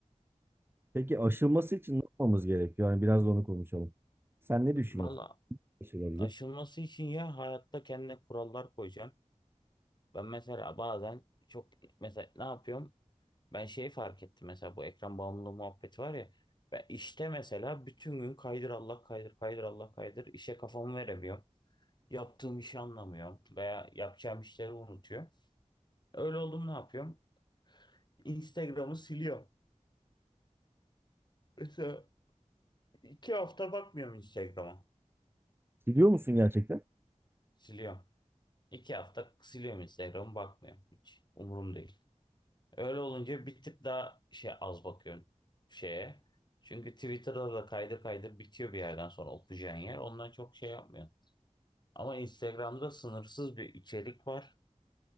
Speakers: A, on the right; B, on the left.
A: Peki aşılması için ne yapmamız gerekiyor? Yani biraz da onu konuşalım. Sen ne düşünüyorsun?
B: Valla
A: Aşılabilir.
B: aşılması için ya hayatta kendine kurallar koyacaksın. Ben mesela bazen çok mesela ne yapıyorum? Ben şey fark ettim mesela bu ekran bağımlılığı muhabbeti var ya. Ben işte mesela bütün gün kaydır Allah kaydır kaydır Allah kaydır işe kafamı veremiyorum. Yaptığım işi anlamıyorum veya yapacağım işleri unutuyor. Öyle oldum ne yapıyorum? Instagram'ı siliyorum. Mesela iki hafta bakmıyorum Instagram'a.
A: Biliyor musun gerçekten?
B: Siliyorum. İki hafta siliyorum Instagram'ı bakmıyorum. Hiç umurum değil. Öyle olunca bir tık daha şey az bakıyorum şeye. Çünkü Twitter'da da kaydır kaydır bitiyor bir yerden sonra okuyacağın yer. Ondan çok şey yapmıyor. Ama Instagram'da sınırsız bir içerik var.